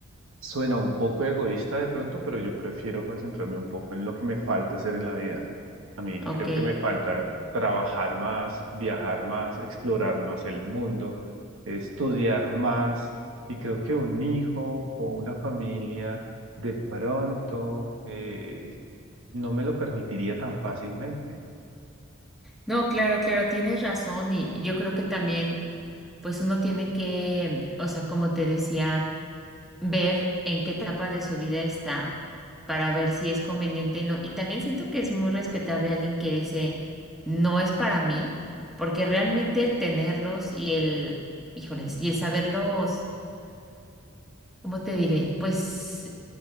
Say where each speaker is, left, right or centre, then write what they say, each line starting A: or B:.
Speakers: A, on the right; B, in the centre.
A: Suena un poco egoísta de pronto, pero yo prefiero concentrarme un poco en lo que me falta hacer en la vida. A mí
B: ok.
A: creo que me falta trabajar más, viajar más, explorar más el mundo, estudiar más. Y creo que un hijo o una familia de pronto eh, no me lo permitiría tan fácilmente.
B: No, claro, claro, tienes razón y yo creo que también, pues uno tiene que, o sea, como te decía. ver en qué etapa de su vida está para ver si es conveniente o no. Y también siento que es muy respetable alguien que dice, no es para mí, porque realmente el tenerlos y el, híjoles, y el saberlos, ¿cómo te diré? Pues